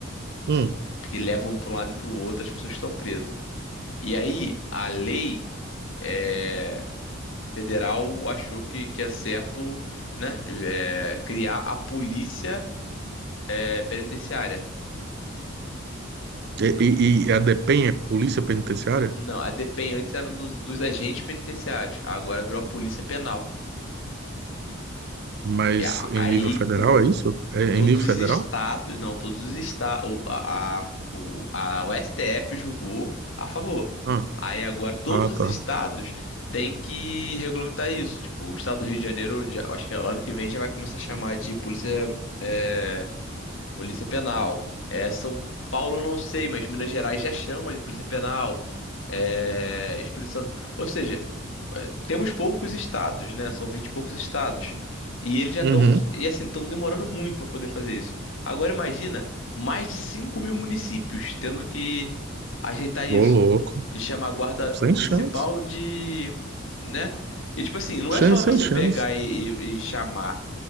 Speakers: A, on the right; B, on the left.
A: hum.
B: Que levam para um lado e para o outro as pessoas que estão presas. E aí, a lei é, federal achou que, que é certo, né? é, criar a polícia é, penitenciária.
A: E, e, e a DEPEN é Polícia Penitenciária?
B: Não, a DPEM antes era dos, dos agentes penitenciários. Agora virou a Polícia Penal.
A: Mas
B: E a- aí
A: em nível federal
B: o-
A: é isso? É é
B: todos
A: em nível
B: os
A: federal?
B: estados, não, todos os estados, a, a- o, a- o STF julgou a favor.
A: Ah,
B: Aí agora todos
A: ah,
B: os
A: tá.
B: estados têm que regulamentar isso. Tipo, o estado do Rio de Janeiro, já- eu acho que ano que vem já vai começar a chamar de Polícia eh, Polícia Penal. É, São Paulo eu não sei, mas Minas Gerais já chama de Polícia Penal. É, Espírito Santo. Ou seja, é, temos poucos estados, né? São 20 e poucos estados. E eles já
A: Uhum.
B: estão, e assim, estão demorando muito para poder fazer isso. Agora imagina mais de 5 mil municípios tendo que ajeitar isso.
A: Ô, louco.
B: De chamar a guarda
A: Sem
B: municipal
A: chance.
B: de, né? E tipo assim, não
A: Sem,
B: é só
A: sem
B: você
A: chance.
B: pegar e, e- e chamar